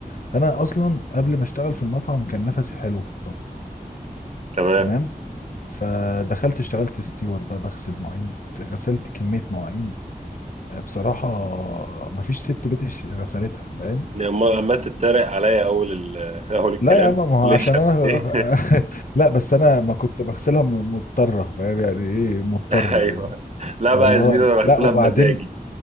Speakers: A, on the left; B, on the right.
A: فانا اصلا قبل ما اشتغل في المطعم كان نفسي حلو في الطبخ
B: تمام
A: تمام فدخلت اشتغلت ستيور بقى بغسل مواعين غسلت كمية مواعين بصراحة مفيش ست بيت غسلتها فاهم
B: ما عمال تتريق عليا اول ال- <laughs> اول الكلام
A: لا يا عم ما هو
B: ليش
A: عشان انا
B: <laughs> ايه
A: <laughs> لا بس انا ما كنت بغسلها م- مضطره فاهم يعني ايه مضطر
B: <laughs> ايوه
A: فاهم
B: لا بقى
A: اللي
B: يا زميلي
A: هو إيه؟
B: انا بغسلها
A: لا وبعدين
B: بمزاجي